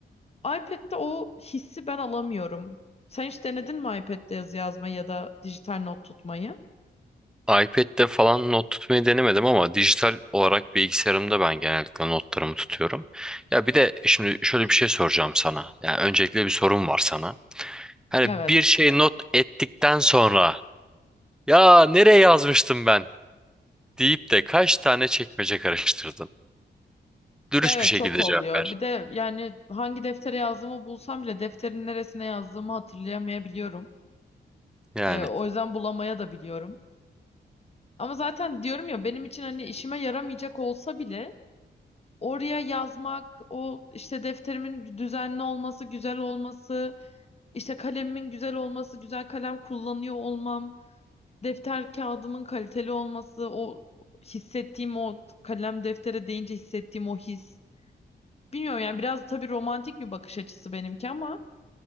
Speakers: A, on the left; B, in the centre.
A: iPad'de o hissi ben alamıyorum. Sen hiç denedin mi iPad'de yazı yazmayı ya da dijital not tutmayı?
B: iPad'de falan not tutmayı denemedim ama dijital olarak bilgisayarımda ben genellikle notlarımı tutuyorum. Ya bir de şimdi şöyle bir şey soracağım sana. Yani öncelikle bir sorum var sana. Hani
A: Evet.
B: bir şey not ettikten sonra ya nereye yazmıştım ben deyip de kaç tane çekmece karıştırdın? Dürüst
A: Ya evet
B: bir şekilde
A: çok oluyor.
B: cevap ver.
A: Bir de yani hangi deftere yazdığımı bulsam bile defterin neresine yazdığımı hatırlayamayabiliyorum.
B: Yani
A: Ee, o yüzden bulamaya da biliyorum. Ama zaten diyorum ya benim için hani işime yaramayacak olsa bile oraya yazmak, o işte defterimin düzenli olması, güzel olması, işte kalemimin güzel olması, güzel kalem kullanıyor olmam. defter kağıdımın kaliteli olması, o hissettiğim o kalem deftere değince hissettiğim o his. Bilmiyorum yani biraz tabii romantik bir bakış açısı benimki ama